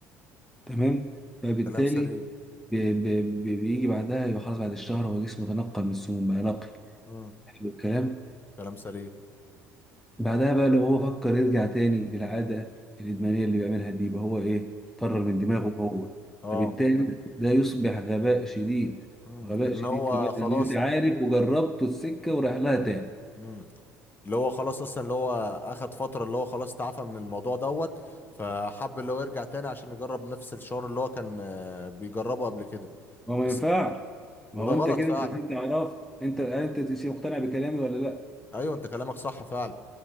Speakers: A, in the centre; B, on the left.
A: تمام فبالتالي
B: كلام سليم
A: ب- ب- بيجي بعدها يبقى خلاص بعد الشهر هو جسمه تنقى من السموم بقى نقي
B: امم
A: حلو الكلام
B: كلام سليم
A: بعدها بقى لو هو فكر يرجع تاني للعادة الإدمانية اللي بيعملها دي يبقى هو إيه طرر من دماغه هو
B: اه
A: فبالتالي ده يصبح غباء شديد
B: امم
A: غباء
B: لان
A: شديد
B: هو
A: كمان
B: خلاص
A: اللي أنت عارف
B: انت
A: وجربته السكة وراح لها تاني
B: مم. اللي هو خلاص اصلا اللي هو اخد فترة اللي هو خلاص تعافى من الموضوع دوت فحب اللي هو يرجع تاني عشان يجرب نفس الشعور اللي هو كان آه، بيجربه قبل كده
A: ما هو ما
B: بس
A: ينفعش ما
B: وده
A: هو
B: غلط
A: أنت كده
B: فعلا
A: أنت كده عرفت أنت أنت
B: مم.
A: مقتنع بكلامي ولا لأ
B: ايوه انت كلامك صح فعلا